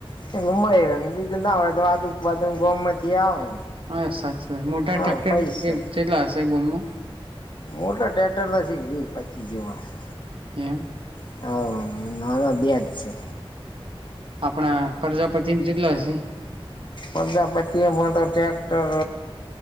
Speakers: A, on the left; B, on the right.
A: <unintelligible> ના હોય તો આજુબાજુન ગોમ માંથી આવે.
B: હા સાચી વાત. મોટા
A: હા
B: ટ્રેક્ટર
A: પૈસા
B: <unintelligible> હશે ગોમો
A: મોટા ટ્રેક્ટર તો <unintelligible> વીસ પચીહ જેવા હે.
B: એમ.
A: <unintelligible> બે જ સે.
B: આપણા પ્રજાપતિમ કેટલા શે?
A: પ્રજાપતિ એમાં તો ટ્રેક્ટર